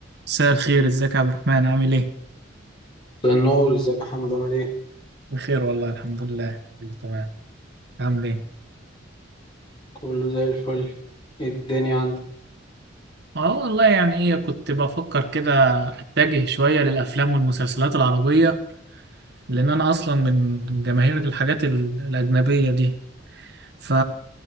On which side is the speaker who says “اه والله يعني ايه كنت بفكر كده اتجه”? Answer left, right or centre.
Right